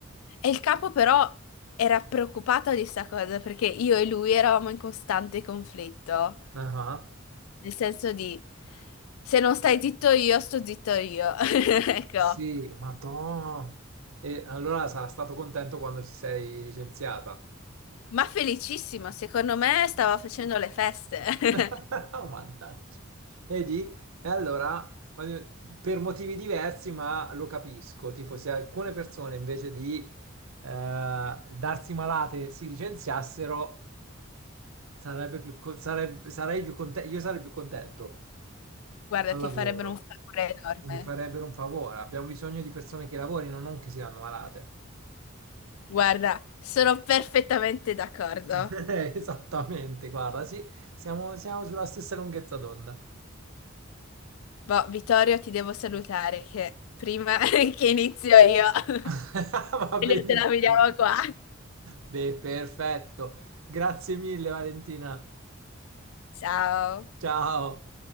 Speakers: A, on the left; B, on the right.
A: E il capo però era preoccupato di sta cosa perché io e lui eravamo in costante conflitto,
B: Ah,
A: nel senso di se non stai zitto io, sto zitto io. <laughs> Ecco.
B: Sì, ma to... E allora sarà stato contento quando ti sei licenziata.
A: Ma felicissimo, secondo me stava facendo le feste. <laughs>
B: <laughs> Mannaggia. Vedi? E allora, voglio- per motivi diversi, ma lo capisco. Tipo, se alcune persone invece di eh, darsi malate si licenziassero, sarebbe più, co- sareb- sarei più contento, io sarei più contento
A: Guarda,
B: al
A: ti
B: lavoro.
A: farebbero un favore enorme.
B: Mi farebbero un favore. Abbiamo bisogno di persone che lavorino, non che si danno malate.
A: Guarda, sono perfettamente d'accordo.
B: <laughs> Eh, Esattamente, guarda, sì, siamo, siamo sulla stessa lunghezza d'onda.
A: Boh, Vittorio, ti devo salutare che prima <laughs> che inizio io, <laughs>
B: <laughs> Va
A: meglio
B: benissimo.
A: te la vediamo qua.
B: Beh, perfetto. Grazie mille, Valentina.
A: Ciao.
B: Ciao.